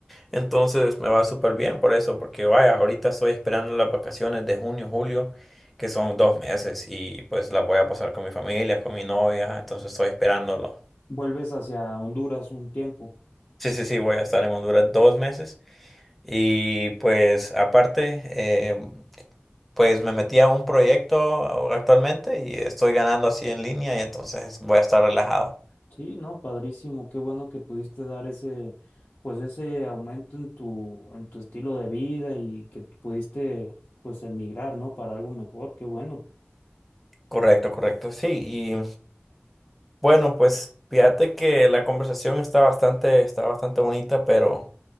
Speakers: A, in the centre; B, on the left (about 65°).
A: Entonces me va súper bien por eso, porque vaya, ahorita estoy esperando las vacaciones de junio, julio, que son dos meses, y pues las voy a pasar con mi familia, con mi novia, entonces estoy esperándolo.
B: Vuelves hacia Honduras un tiempo.
A: Sí, sí, sí, voy a estar en Honduras dos meses. Y pues aparte, eh, pues me metí a un proyecto actualmente y estoy ganando así en línea y entonces voy a estar relajado.
B: Sí, no, padrísimo, qué bueno que pudiste dar ese, pues ese aumento en tu, en tu estilo de vida y que pudiste, pues emigrar, ¿no? Para algo mejor, qué bueno.
A: Correcto, correcto, sí. Y bueno, pues fíjate que la conversación está bastante, está bastante bonita, pero